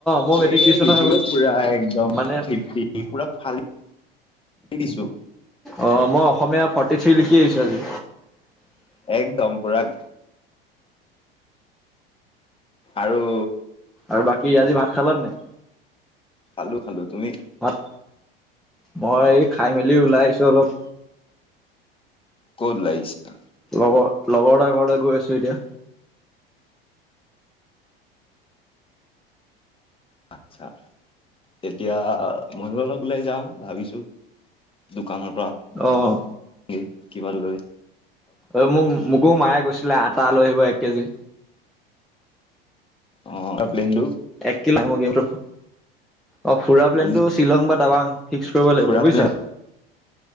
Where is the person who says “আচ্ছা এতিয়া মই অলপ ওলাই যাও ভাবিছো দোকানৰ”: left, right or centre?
Left